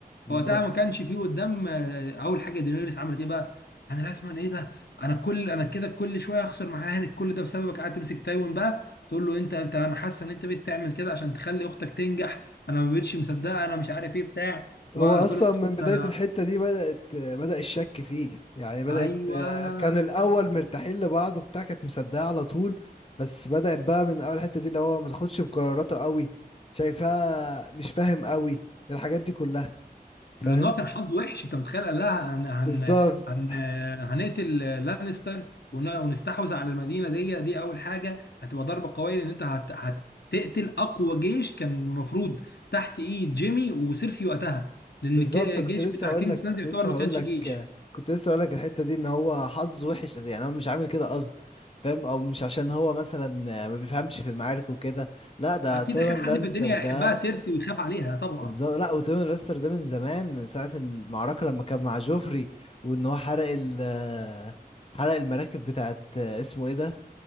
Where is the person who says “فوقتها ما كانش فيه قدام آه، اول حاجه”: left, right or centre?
Left